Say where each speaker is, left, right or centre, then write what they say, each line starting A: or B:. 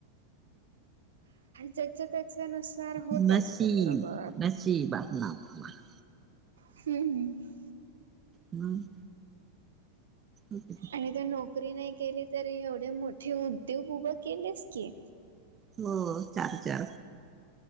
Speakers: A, on the right; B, on the right.
A: जेच्या त्यांच्या नुसार होतं
B: नशीब
A: असतं बरोबर
B: नशीब आपलं आपलं
A: हम्म ह
B: हम् ओके
A: आणि ते नोकरी नाही केली तरी एवढे मोठे उद्योग उभं केलेस की
B: हो चार चार